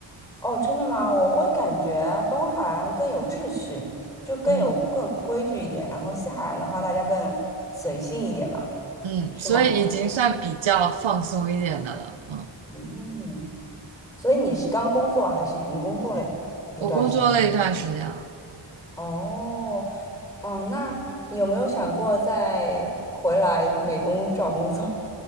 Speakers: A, in the centre; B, on the right (about 85°).
A: 哦，真的吗？我会感觉东海岸更有秩序，就更有更规矩一点，
B: 嗯
A: 然后西海岸的话，大家更随性一点吧，
B: 嗯，
A: 是吗？
B: 所以已经算比较放松一点的了。嗯，
A: 嗯，所以你是刚工作还是已经工作了一段时间了？
B: 我工作了一段时间了。
A: 哦，嗯，那你有没有想过再回来美东找工作？